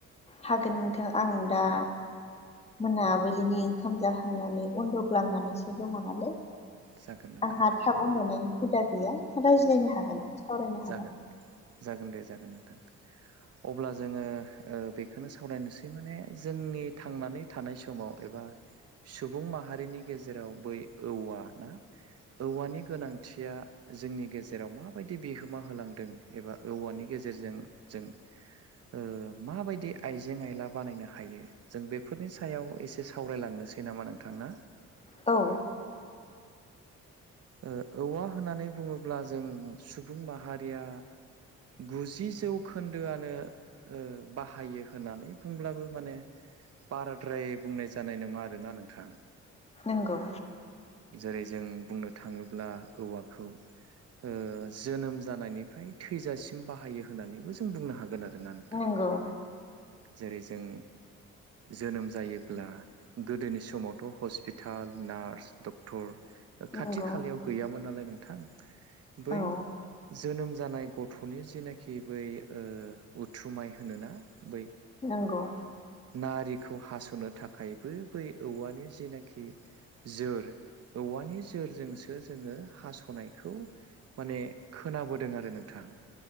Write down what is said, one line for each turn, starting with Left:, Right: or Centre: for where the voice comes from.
Left: हागोन नोंथां आं दा
Right: औ
Left: मोनाबिलिनि ओंखाम जाखांनानै उन्दुग्लांनानैसो दङ नालाय
Right: जागोन नोंथां
Left: आंहा
Right: जागोन
Left: थाब उन्दुनायनि हुदा गैया रायज्लायनो हागोन सावरायनो
Right: जागोन
Left: हागोन
Right: जागोन दे जागोन नोंथां अब्ला जोङो बेखौनो सावरायनोसै माने जोंनि थांनानै थानाय समाव एबा सुबुं माहारिनि गेजेराव बै औवा ना औवानि गोनांथिया जोंनि गेजे जेराव माबायदि बिहोमा होलांदों एबा औवानि गेजेरजों जों ओ माबायदि आइजें आयला बानायनो हायो जों बेफोरनि सायाव एसे सावरायलांनोसै नामा नोंथां ना
Left: औ
Right: ओ औवा होननानै बुङो ब्ला जों सुबुं माहारिया गुजि जौखोन्दोआनो ओ बाहायो होननानै बुंब्लाबो माने बाराद्राय बुंनाय जानाय नङा आरोना नोंथाङा
Left: नोंगौ
Right: जेरै जों बुंनो थाङोब्ला औवाखौ ओ जोनोम जानायनिफ्राय थैजासिम बाहायो होननानैबो जों बुंनो हागोन आरोना नोंथां
Left: नंगौ
Right: जेरै जों जोनोम जायोब्ला गोदोनि समावथ' हस्पिटाल नार्स डक्टर खाथि
Left: नंगौ
Right: खालायाव गैयामोन नालाय नोंथां बै
Left: औ
Right: जोनोम जानाय गथ' गथ'नि जेनाखि बै उथुमाय होनोना बै
Left: नंगौ
Right: नारिखौ हास'नो थाखायबो बै औवानि जिनाखि जोर औवानि जोरजोंसो जोङो हास'नाय खौ माने खोनाबोदों आरो नोंथां